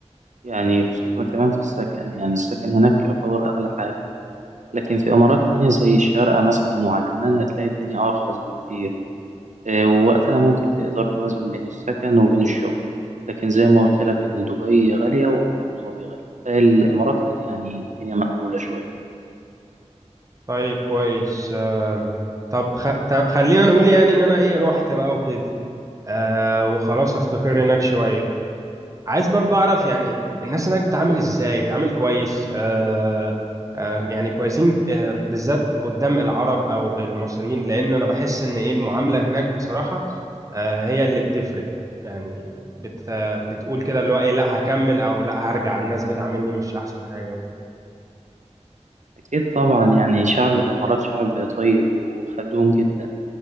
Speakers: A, on the right (about 80°); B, on the right (about 25°).
A: يعني خصوصا كمان في السكن يعني السكن هناك يعتبر أغلى حاجة لكن في إمارات تانية زي الشارقة مثلا وعجمان هتلاقي الدنيا أرخص بكتير آه، ووقتها ممكن تقدر توازن بين السكن وبين الشغل لكن زي ما قلت لك إن دبي غالية وأبو ظبي غالية فالإمارات يعني الدنيا مقبولة شوية
B: طيب كويس آه طب خ... طب خلينا نقول يعني ان انا ايه رحت بقى وكده آه وخلاص هستقر هناك شوية عايز برضه اعرف يعني الناس هناك بتعامل ازاي بتعامل كويس آه آه يعني كويسين آه بالذات قدام العرب او المصريين لان انا بحس ان ايه المعاملة هناك بصراحة آه هي اللي بتفرق يعني بت بتقول كده اللي هو ايه لا هكمل او لا هرجع الناس بتعاملني مش احسن حاجة وكده
A: أكيد طبعا يعني شعب الإمارات شعب طيب وخدوم جدا